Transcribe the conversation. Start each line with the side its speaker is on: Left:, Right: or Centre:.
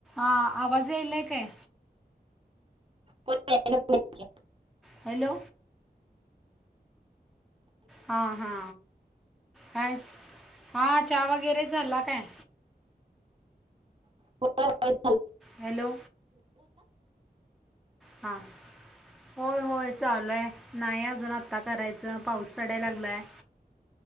Centre: आ आवाज यायलंय काय?
Right: हो यायला लागलाय कि.
Centre: हॅलो हा हा. ह हा चहा वगैरे झाला काय?
Right: <unintelligible>
Centre: हॅलो हा होय होय चालू आहे नाही अजून आता करायचं पाऊस पडायला लागलाय